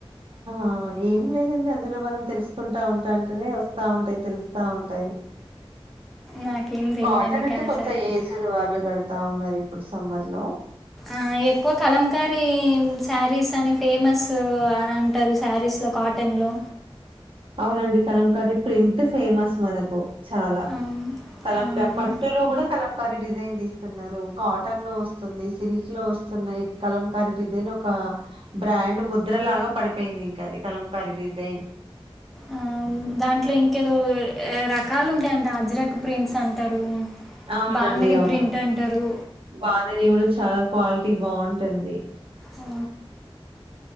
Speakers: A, on the right; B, in the centre.
A: ఆ ఏం లేదండి అందులో మనం తెలుసుకుంటా ఉంటా అంటేనే వస్తా ఉంటాయి తెలుస్తా ఉంటాయి
B: నాకేం తెలియదండి
A: కాటన్ అంటే
B: కాదు
A: కొంచెం
B: శారీస్
A: ఏజ్డ్ వాళ్ళు కడతా ఉన్నారు ఇప్పుడు సమ్మర్ లో
B: ఆ ఎక్కువ కలంకారిీ శారీస్ అని ఫేమస్ అని అంటారు శారీస్ ఇట్లో కాటెన్లో
A: అవునండి కలంకర ప్రింట్ ఫేమస్ మనకు చాలా
B: ఆమ్,
A: కలంక
B: ఆమ్,
A: పట్టులు కూడా కలం కారి డిజైన్ తీస్తున్నారు కాటన్ లో వస్తుంది సిల్క్ లో వస్తున్నాయి కలం కారి డిజైన్ ఒక బ్రాండ్ ముద్రలాగా పడిపోయింది ఇంకా అది కలంకారీ డిజైన్
B: ఆ, దాంట్లో ఇంకేదో రకాలు ఉంటాయింటడి అజ్రక్ ప్రింట్స్ అంటారు
A: అవునండి
B: బాందిని
A: అవును
B: ప్రింట్ అంటారు
A: బాధని కూడా చాలా క్వాలిటీ బాగుంటుంది
B: ఆ,